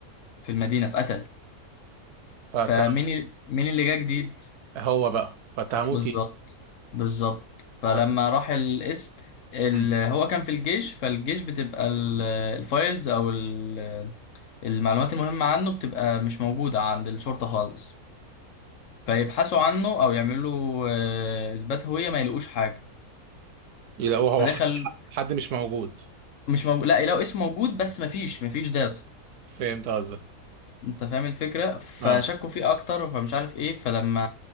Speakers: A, on the left (about 60°); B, on the right (about 85°).
A: في المدينة اتقتل
B: فتح
A: فمين ال- مين اللي جه جديد
B: هو بقى فتهموه
A: بالظبط
B: فيه
A: بالظبط فلما
B: ف-
A: راح الاسم ال...
B: امم
A: هو كان في الجيش فالجيش بتبقى ال- الفايلز او ال... المعلومات المهمة عنه بتبقى مش موجودة عند الشرطة خالص فيبحثوا عنه أو يعملوا له آه، إثبات هوية ما يلاقوش حاجة
B: يلاقوه هو
A: فدخل
B: حد حد مش موجود
A: مش موجود لا يلاقوا اسمه موجود بس مفيش مفيش داتا
B: فهمت قصدك
A: انت فاهم الفكره فشكوا
B: اه
A: فيه اكتر فمش عارف ايه فلما